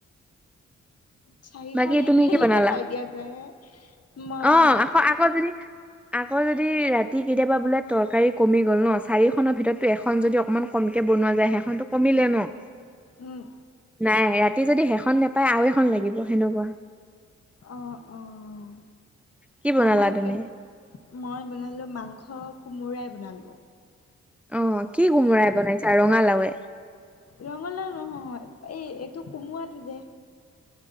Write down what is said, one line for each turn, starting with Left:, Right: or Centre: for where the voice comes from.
Left: চাৰিখন
Centre: বাকী তুমি
Left: একেলগে
Centre: কি বনালা
Left: খাই দিয়া যায় হে মই
Centre: অ আকৌ আকৌ যদি। আকৌ যদি ৰাতি কেতিয়াবা বোলে তৰকাৰী কমি গ'ল ন' চাৰিখনৰ ভিতৰততো এখন যদি অকণমান- কমকে বনোৱা যায় সেইখনতো কমিলে ন'।
Left: উমঁ।
Centre: নাই, ৰাতি যদি সেইখন নেপায় আৰু এখন লাগিব সেনেকুৱা।
Left: অঁ' অঁ'।
Centre: কি বনালা
Left: আমাৰ
Centre: তুমি
Left: কি, মই বনালোঁ মাংস কোমোৰাই বনালোঁ।
Centre: অঁ' কি কোমোৰাই বনাইছা ৰঙালাওয়ে।
Left: ৰঙালাও নহয় এই এইটো কোমোৰাটো যে।